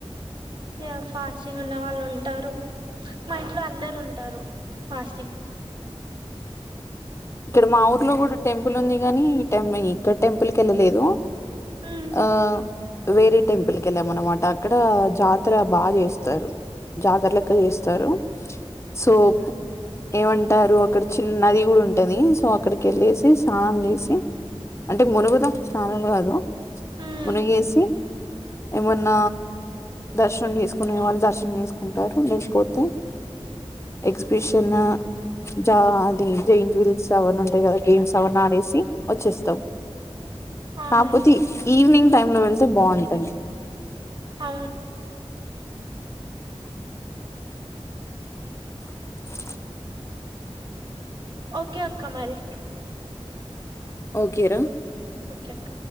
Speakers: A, on the right; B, on the left.
A: ఇగ ఫాస్టింగ్ ఉన్న వాళ్ళు ఉంటారు మా ఇంట్లో అందరు ఉంటారు ఫాస్టింగ్
B: ఇక్కడ మా ఊర్లో కూడా టెంపుల్ ఉంది కానీ టెమి ఇక్కడ టెంపుల్కి ఏళ్ళలేదు
A: ఉమ్
B: ఆ వేరే టెంపు పుల్కెళ్ళాం అనమాట అక్కడ జాతర బాగా చేస్తారు జాతరలెక్క చేస్తారు సో ఏమంటారు చిన్న నది కూడా ఉం సో అక్కడికి వెళ్ళేసి స్నానం చేసి అంటే మునగుదం స్నానం కాదు
A: ఉమ్
B: మునిగే సి మున్న దర్శనం చేసుకునే వాళ్ళు దర్శనం చేసుకుంటారు లేకపోతే ఎగ్జిబిషన్ జ అది జే ల్స్ అవన్న ఉంటాయి కదా గేమ్స్ అవన్న ఆడేసి వచ్చేస్తాం
A: ఆహా
B: కాకపోతే ఈవినింగ్ టైమ్ లో వెళ్తే బాంటది
A: ఆ
B: <inaudible>
A: ఓకే అక్క మరి
B: ఓకే రా
A: ఓకే అక్క